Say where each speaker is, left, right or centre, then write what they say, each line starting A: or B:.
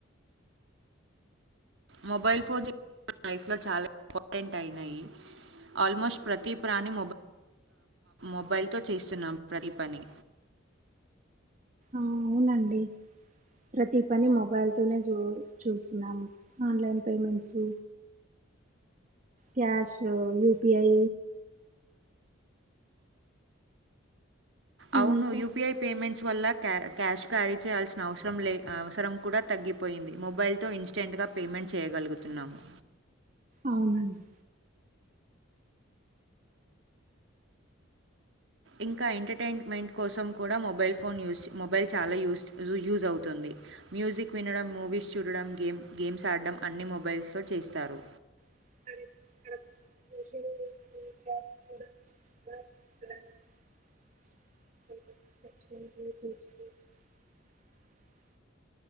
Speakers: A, on the right; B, on the right.
A: మొబైల్ ఫోన్ లైఫ్లో చాలా ఇంపార్టెంట్ అయినాయి ఆల్మోస్ట్ ప్రతి ప్రాణి మొబైల్ త చేస్తున్నాం ప్రతి పని
B: అవునండి ప్రతిీ పని మొబైల్తోనే చూ చూస్తున్నాము ఆన్లైన్ పేమెంట్స్ క్యాష్ యూపిఐ
A: అవును
B: ఇంకా
A: యయుపిఐ పేమెంట్ స్ వల్ల క్యా క్యాష్ క్యారీ చేయాల్సిన అవసరం లే అవసరం కూడా తగ్గిపోయింది మొబైల్తో ఇన్స్టెంట్గా పేమెంట్ చేయగలుగుతున్నాము
B: అవునండి
A: ఇంకా ఎంటర్టైన్మెంట్ కోసం కూడా మొబైల్ ఫోన్ మొబైల్ చాలా యూస్్ అవుతుంది మ్యూజిక్ వినడం మూవీస్ చూడడం గేమ్స్ ఆడడం అన్ని మొబైల్స్లో చేస్తారు
B: అ